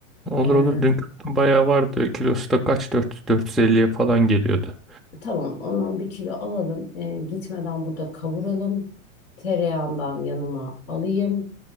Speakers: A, in the centre; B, on the left.
A: Olur
B: Ee,
A: olur dün bayağı vardı. Kilosu da kaç 400 450'ye falan geliyordu.
B: tamam ondan bir kilo alalım Ee, gitmeden burada kavuralım tereyağından yanıma alayım